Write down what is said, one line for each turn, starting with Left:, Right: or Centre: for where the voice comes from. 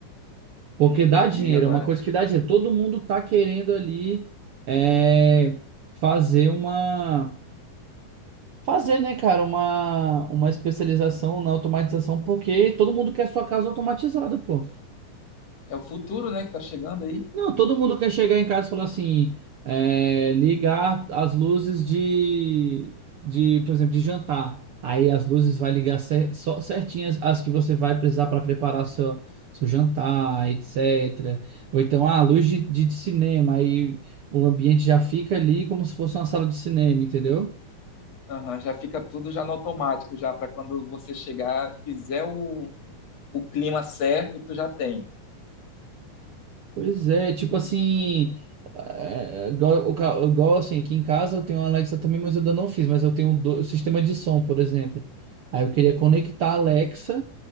Right: Porque
Left: hum, entendi
Right: dá dinheiro,
Left: agora.
Right: é uma coisa que dá dinheiro. Todo mundo tá querendo ali é, fazer uma. fazer, né, cara, uma, uma especialização na automatização, porque todo mundo quer sua casa automatizada, pô.
Left: É o futuro, né, que tá chegando aí.
Right: Não, todo mundo quer chegar em casa e falar assim, é, ligar as luzes de, de, por exemplo, de jantar. Aí as luzes vai ligar cer- só certinhas as que você vai precisar para preparar seu, seu jantar, etc. Ou então, ah, luz de, de de cinema, aí o ambiente já fica ali como se fosse uma sala de cinema, entendeu?
Left: Aham, já fica tudo já no automático, já para quando você chegar, quiser o, o clima certo, tu já tem.
Right: Pois é, tipo assim, é, é, igual, o ca- igual assim, aqui em casa eu tenho a Alexa também, mas eu ainda não fiz, mas eu tenho um do- um sistema de som, por exemplo. Aí eu queria conectar a Alexa